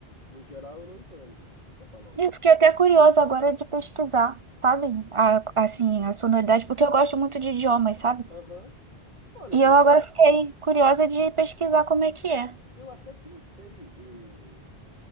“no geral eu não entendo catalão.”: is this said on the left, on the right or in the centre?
Left